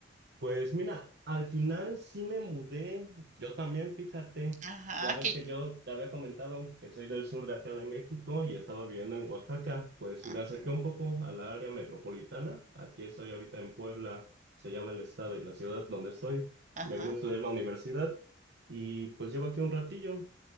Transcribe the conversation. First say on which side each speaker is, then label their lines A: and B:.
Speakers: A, on the right; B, on the right.
A: Pues mira, al final sí me mudé, yo también, fíjate,
B: Ajá,
A: ya ves
B: que...
A: que yo te había comentado que soy del sur de acá de México y estaba viviendo en Oaxaca, pues
B: Ajá,
A: me acerqué un poco a la área metropolitana, aquí estoy ahorita en Puebla, se llama el estado y la ciudad donde estoy,
B: ajá.
A: me vine a estudiar la universidad y pues llevo aquí un ratillo,